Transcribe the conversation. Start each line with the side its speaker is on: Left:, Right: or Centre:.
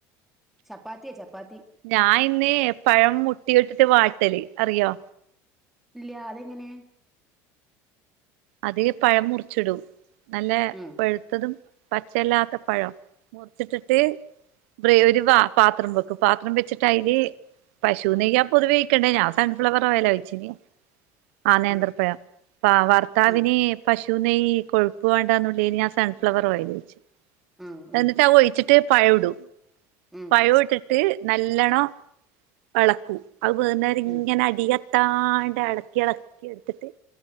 Centre: ചപ്പാത്തിയേ ചപ്പാത്തി
Right: ഞാൻ ഇന്ന് പഴം മുട്ടി ഇട്ടിട്ട് വാട്ടല് അറിയോ
Centre: ഇല്ല്യാ അതെങ്ങനെ
Right: അതീ പഴം മുറിച്ചിടും നല്ല
Centre: ഉം
Right: പഴുത്തതും പച്ചയല്ലാത്ത പഴം മുർച്ചിട്ടിട്ട് <unintelligible> ഒരു വ പാപാത്രം വെക്കും പാത്രം വെച്ചിട്ട അയ്ല് പശു നെയ്യാ പൊതുവേ ഒഴിഴിക്കേണ്ടേ ഞാ സൺഫ്ലവർ ഓയാലാ ഒയിച്ചീനീ ആഹ് നേന്ത്രപഴം
Centre: ഉം
Right: ആ ഭർത്താവിനീ
Centre: ഉം
Right: പശു നെയ്യ് കൊഴ്പ്പ് വേണ്ടന്നുള്ള ഞാൻ സൺഫ്ലവർ ഓയില് ഒഴിച്ച്
Centre: ഉം ഉം
Right: എന്നിട്ട് അത് ഒഴിച്ചിട്ട് പഴം ഇടും
Centre: ഉം
Right: പഴം ഇട്ടിട്ട് നല്ലോണ്ണം എളക്കും. അത് വേകുന്നവരെ
Centre: ഉം
Right: അടിയത്താണ്ട് എളക്കി എളക്കി എട്ത്തിട്ട്